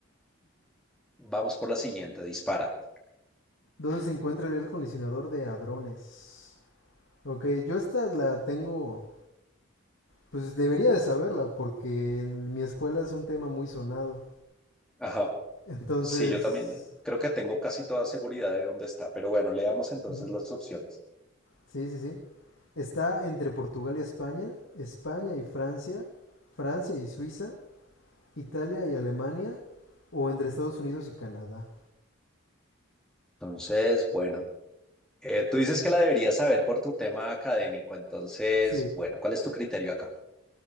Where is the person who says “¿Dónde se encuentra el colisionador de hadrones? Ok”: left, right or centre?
Left